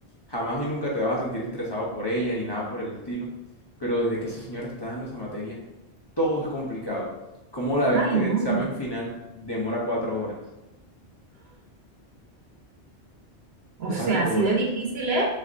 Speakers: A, on the left; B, on the right.
A: Jamás y nunca te vas a sentir estresado por ella ni nada por el estilo. Pero desde que esa señora está dando esa materia, todo es complicado. Como la vez
B: Ay,
A: que el
B: no.
A: examen final demora cuatro horas?
B: O
A: Cuatro
B: sea, así
A: horas.
B: de difícil es.